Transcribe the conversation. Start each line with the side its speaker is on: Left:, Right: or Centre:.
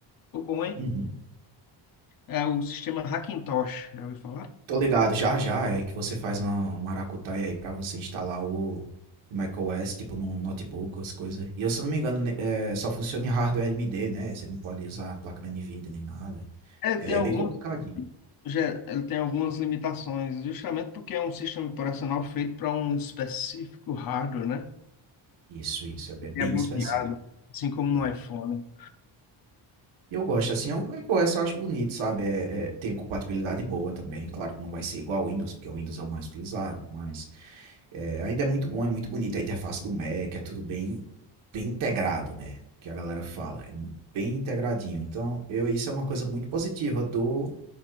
Left: Ficou bom, hein?
Right: Uhum.
Left: É o sistema Hackintosh, já ouviu falar?
Right: Tô ligado, já já é que você faz uma, uma Aracutaia aí pra você instalar o, o macOS, tipo no notebook, as coisas. E eu, se eu não me engano, ne- é, só funciona em hardware AMD, né? Você não pode usar a placa da NVIDIA nem nada.
Left: É, Ele
Right: É,
Left: tem
Right: é
Left: alguns,
Right: bem complicadinho.
Left: já- ele tem algumas limitações, justamente porque é um sistema operacional feito para um específico hardware, né?
Right: Isso, isso, é bem bem
Left: é bloqueado,
Right: específico.
Left: assim como no
Right: é.
Left: iPhone.
Right: E eu gosto, assim, o macOS eu acho bonito, sabe? É, é, tem compatibilidade boa também. Claro que não vai ser igual ao Windows, porque o Windows é o mais utilizado, mas É, ainda é muito bom, é muito bonito a interface do Mac, é tudo bem, bem integrado, né? Que a galera fala, é bem integradinho. Então, eu, isso é uma coisa muito positiva do